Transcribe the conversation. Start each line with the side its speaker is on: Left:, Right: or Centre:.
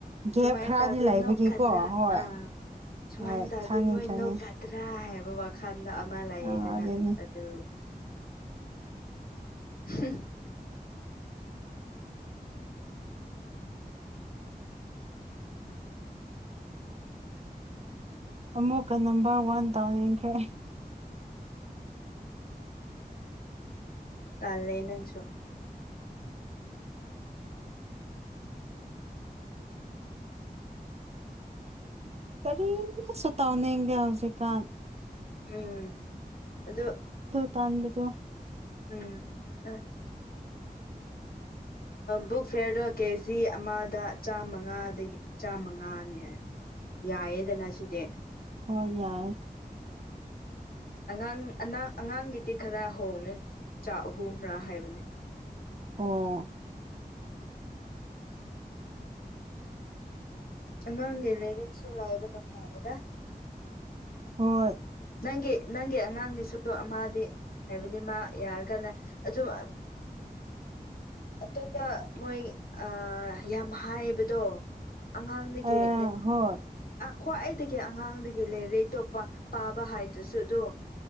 Right: ꯒꯦꯞ
Left: ꯁꯨꯃꯥꯏ
Right: ꯈꯔꯗꯤ
Left: ꯏꯟ ꯇꯋꯥꯔꯗ
Right: ꯂꯩꯕꯒꯤꯀꯣ
Left: ꯏꯅꯣꯈꯗ꯭ꯔꯥ
Right: ꯍꯣꯏ
Left: ꯑ ꯁꯨꯃꯥꯏꯅ
Right: ꯍꯣꯏ
Left: ꯇꯧꯗꯤ
Right: ꯈꯪꯉꯤ
Left: ꯃꯣꯏꯅꯣ
Right: ꯈꯪꯉꯤ
Left: ꯀꯗ꯭ꯔꯥ ꯍꯥꯏꯕ ꯋꯥꯈꯜꯗ ꯑꯃ ꯂꯥꯛꯌꯦꯗꯅ
Right: ꯑ ꯑꯗꯨꯅꯦ
Left: ꯑꯗꯨ ꯍ
Right: ꯑꯃꯨꯛꯀ ꯅꯝꯕꯔ ꯋꯥꯟ ꯇꯧꯅꯤꯡꯟꯈ꯭ꯔꯦ
Left: ꯀꯂ ꯅꯪꯁꯨꯣ
Right: ꯀꯔꯤꯁꯨ ꯇꯥꯎꯅꯤꯡꯗꯦ ꯍꯧꯖꯤꯛꯀꯥꯟ
Left: ꯎꯝ ꯑꯗꯨꯗꯣ
Right: ꯇꯥꯟꯥꯟꯕꯁꯨꯣ
Left: ꯎꯝ ꯑ ꯕꯨꯛ ꯐꯤꯦꯔꯗꯣ ꯀꯦꯖꯤ ꯑꯃꯗ ꯆꯥꯃꯉꯥꯗꯒꯤ ꯆꯥꯃꯉꯥꯅꯤ ꯍꯥꯏ ꯌꯥꯏꯑꯦꯗꯅ ꯁꯤꯗꯤꯦ
Right: ꯍꯣꯏ ꯌꯥꯏ
Left: ꯑꯉꯥꯡ ꯑ ꯑꯉꯥꯡꯒꯤꯗꯤ ꯈꯔ ꯍꯣꯡꯉꯦ ꯆꯥꯛ ꯑꯍꯨꯝ꯭ꯔꯥ ꯍꯥꯏꯕꯅꯤ
Right: ꯑꯣ
Left: ꯅꯪ ꯂꯩ ꯂꯩꯔꯤꯁꯨ ꯂꯑꯕꯅ ꯐꯥꯑꯗ
Right: ꯍꯣꯏ
Left: ꯅꯪꯒꯤ ꯅꯪꯒꯤ ꯑꯉꯥꯡꯒꯤꯁꯨ ꯑꯃꯗꯤꯗꯤ ꯍꯥꯏꯕꯗꯤ ꯃꯥ ꯌꯥꯔ ꯀꯥꯟꯅ ꯑꯗꯨꯝ ꯑꯇꯣꯞꯄ ꯃꯣꯏ ꯌꯥꯝ ꯍꯥꯏꯕꯗꯣ ꯑꯉꯥꯡꯗꯒꯤꯣꯏ
Right: ꯑ ꯍꯣꯏ
Left: ꯈ꯭ꯋꯥꯏꯗꯒꯤ ꯑꯉꯥꯡꯗꯒꯤ ꯂꯩꯔꯇꯣꯞꯄ ꯄꯥꯕ ꯍꯥꯏꯗ꯭ꯔꯁꯨ ꯑꯗꯨꯣ